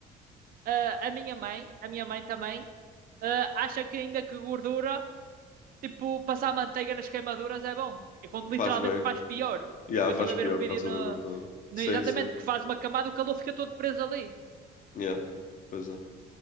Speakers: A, on the right; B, on the left.
A: ah, a minha mãe, a minha mãe também, ah, acha que ainda que gordura, tipo, passar manteiga nas queimaduras é bom. E quando literalmente
B: Faz bem.
A: faz pior.
B: Yeah,
A: Eu estive
B: faz
A: a ver
B: pior
A: um vídeo
B: por causa
A: no,
B: da gordura.
A: no-
B: Sei,
A: exatamente,
B: sei.
A: que faz uma camada, o calor fica todo preso ali.
B: Yeah, pois é.